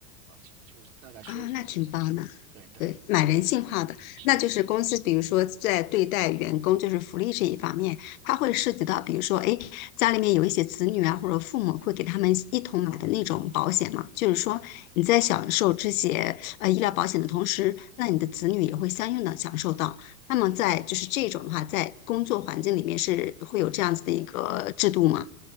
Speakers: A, on the right (about 60°); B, on the left (about 65°).
A: 啊，就就大概说一说就可以了
B: 啊，那挺棒的，
A: 对对，
B: 对，蛮人性化的。
A: 是的。
B: 那就是公司，比如说在对待员工，就是福利这一方面，它会涉及到，比如说，哎，家里面有一些子女啊，或者父母会给他们一同买的那种保险嘛。就是说，你在享受这些呃医疗保险的同时，那你的子女也会相应的享受到。那么在就是这种的话，在工作环境里面是会有这样子的一个制度吗？